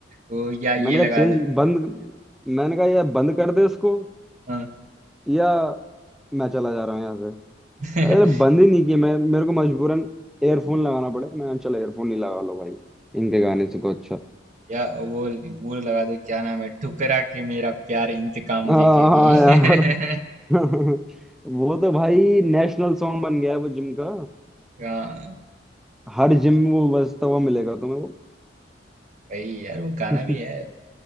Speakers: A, on the right (about 40°); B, in the centre.
A: वो या
B: मैंने
A: ये लगा
B: कहा चेंज
A: दो
B: बंद मैंने कहा यार बंद कर दे इसको
A: हाँ
B: या मैं चला जा रहा हूँ यहाँ से
A: <laughs>
B: अरे बंद ही नहीं किया मैं मेरे को मजबूरन एयरफोन लगाना पड़े मैं चलो एयरफोन नहीं लगा लो भाई इनके गाने से तो अच्छा
A: या वो वो लगा दो क्या नाम है ठुकरा के मेरा प्यार इंतकाम
B: <laughs> हाँ
A: देखेगी
B: हाँ यार
A: <laughs>
B: <laughs> वो तो भाई नेशनल सॉन्ग बन गया है वो जिम का
A: हाँ
B: हर जिम में वो बजता हुआ मिलेगा तुम्हें वो
A: भाई यार वो गाना
B: <laughs>
A: भी है